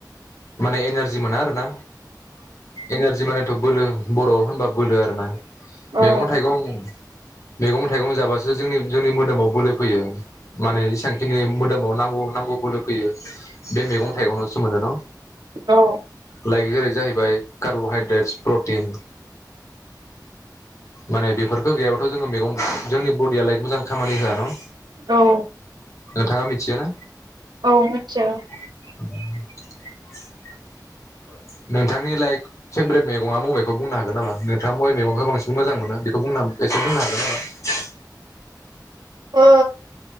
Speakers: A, on the left (about 45°); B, on the right (about 85°).
A: माने एनारजि मोना आरोना एनारजि माने थ' बोलो बर'आव होनबा बोलो आरोना
B: औ
A: मैगं थाइगं मैगं थाइगं जाबासो जोंनि जोंनि मोदोमाव बोलो फैयो। माने इसांखिनि मोदोमाव नांगौ नांगौ बोलो फैयो बे मैगं थाइगंनावसो मोनो न।
B: औ
A: लाइक जेरै जाहै लाइक कार्ब'हाइड्रेट प्रटिन माने बेफोरखौ गैयाब्लााथ जोङो मैगं जोंनि बडिया लाइक मोजां खामानि होया न?
B: औ
A: नोंथाङा मिथियो ना?
B: औ मिथिया।
A: <inaudible> नोंथांनि लाइक पेभ्रेट मैगंया मबे? खौ बुंनो हागोन नामा? नोंथाङा बबे मैगंखौ बांसिन मोजां मोनो बेखौ बुं बुंनो एसे बुंनो हागोन नामा?
B: ओ